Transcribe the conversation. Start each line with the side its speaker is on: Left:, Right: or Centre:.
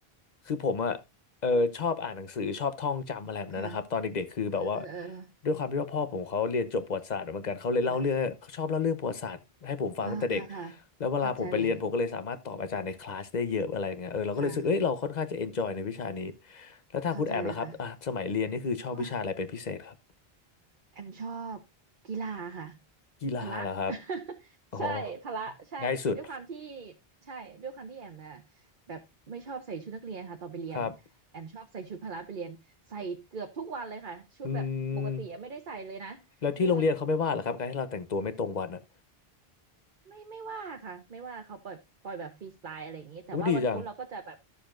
Left: คือผมอะ เออชอบอ่านหนังสือชอบท่องจำอะไรแบบนั้นนะครับตอนเด็กๆคือแบบว่า
Right: ค่ะเออเออเออ
Left: ด้วยความที่ว่าพ่อผมเขาเรียนจบประวัติศาสตร์เหมือนกันเขาเลยเล่าเรื่องเขาชอบเล่าเรื่องประวัติศาสตร์ให้ผมฟังตั้งแต่เด็ก
Right: ค่ะค่ะค่ะค่ะ
Left: แล้วเวลาผมไปเรียนผมก็เลยสามารถตอบอาจารย์ในคลาสได้เยอะอะไรอย่างเงี้ยเออเราก็เลยรู้สึกเอ้ยเราค่อนข้างจะเอนจอยในวิชานี้
Right: เข้าใจเลยค่ะ
Left: แล้วถ้าคุณแอมล่ะครับอ่ะสมัยเรียนนี่คือชอบวิชาอะไรเป็นพิเศษครับ
Right: เข้าใจเลยค่ะก็แอมชอบกีฬาค่ะ
Left: กีฬาเหรอครับ
Right: พละ <laughs>
Left: อ๋อ
Right: ใช่พละใช่ด้วยความที่
Left: ง่ายสุด
Right: ใช่ด้วยความที่แอมน่ะแบบไม่ชอบใส่ชุดนักเรียนค่ะตอนไปเรียนแอมชอบใส่ชุดพละไปเรียนใส่เกือบทุกวันเลยค่ะ
Left: ครับ
Right: ชุดแบบปกติอะไม่ได้ใส่เลยนะเออ
Left: อืมแล้วที่โรงเรียนเขาไม่ว่าเหรอครับการที่เราแต่งตัวไม่ตรงวันอ่ะ
Right: ไม่ไม่ว่าค่ะไม่ว่าเขาปล่อยปล่อยแบบฟรีสไตล์อะไรอย่างนี้แต่ว่าวันพุธเราก็จะแบบ
Left: อู้ดีจัง